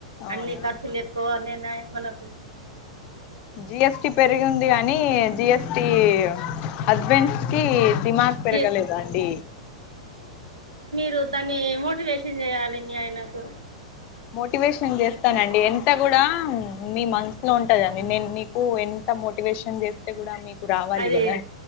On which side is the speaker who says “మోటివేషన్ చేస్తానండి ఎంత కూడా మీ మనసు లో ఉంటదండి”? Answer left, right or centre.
Left